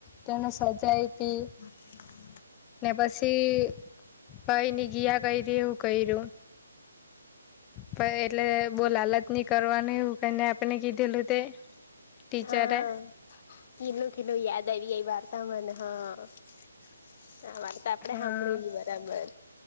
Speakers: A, on the left; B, on the left.
A: તને સજાયતી.
B: હ
A: ને પછી ભાઈની ગયા કયરી હું કર્યું. પણ એટલે બોવ‌‌ લાલચ નહી કરવાનું એવું કરને આપણે કીધેલું તે. ટીચરે
B: હા કિધંલુ કીધુંલુ યાદ આવી ગઈ વાત. વા મને હા વાર્તા આપણેે
A: હા
B: સાંભળેલી બરાબર.